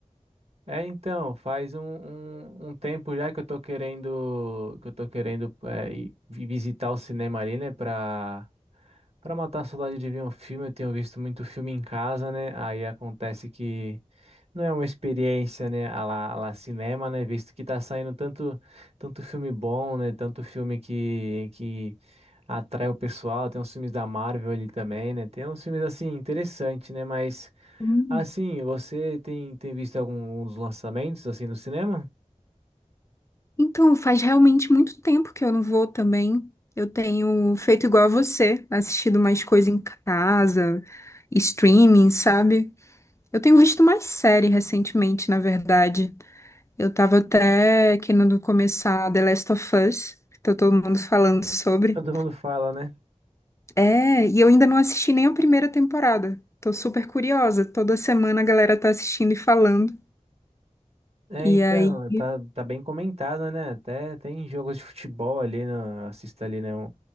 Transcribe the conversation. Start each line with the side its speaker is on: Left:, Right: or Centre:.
Right: É, então, faz um, um, um tempo já que eu tô querendo, que eu tô querendo é, ir vi- visitar o cinema ali, né, pra, pra matar a saudade de ver um filme. Eu tenho visto muito filme em casa, né, aí acontece que não é uma experiência, né, a lá, a lá cinema, né, visto que tá saindo tanto, tanto filme bom, né, tanto filme que, que atrai o pessoal. Tem uns filmes da Marvel ali também, né, tem uns filmes, assim, interessantes, né, mas...
Left: Hum.
Right: Assim, você tem, tem visto algum um dos lançamentos assim no cinema?
Left: Então, faz realmente muito tempo que eu não vou também. Eu tenho feito igual a você, assistido mais coisa em casa, streaming, sabe? Eu tenho visto mais série recentemente, na verdade. Eu tava até querendo começar The Last of Us, que tá todo mundo falando sobre.
Right: Todo mundo fala, né?
Left: É, e eu ainda não assisti nem a primeira temporada. Tô super curiosa. Toda semana a galera tá assistindo e falando.
Right: É,
Left: E
Right: então,
Left: aí,
Right: tá, tá bem comentado, né? Até tem jogos de futebol ali, né? Assista ali, né? Um,